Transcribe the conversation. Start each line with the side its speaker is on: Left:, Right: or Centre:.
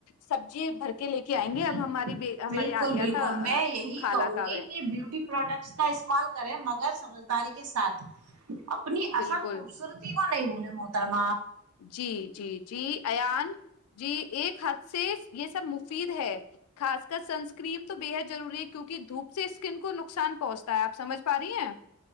Left: سبزی بھر کے لے کے آئیں
Right: بالکل
Left: گے اب ہماری ہمارے
Right: بالکل
Left: آ گیا
Right: بالکل
Left: تھا
Right: میں یہی
Left: خالہ
Right: کہوں
Left: کاب
Right: گی کہ بیوٹی پروڈکٹس کا استعمال کریں مگر سمجھداری کے ساتھ اپنی
Left: بالکل
Right: اصل خوبصورتی کو نہیں بھول موترم
Left: جی جی جی ایان جی ایک حد سے یہ سب مفید ہے خاص کر سنسکریم تو بےحد ضروری ہے کیونکہ دھوپ سے اسکن کو نقصان پہنچتا ہے آپ سمجھ پا رہی ہیں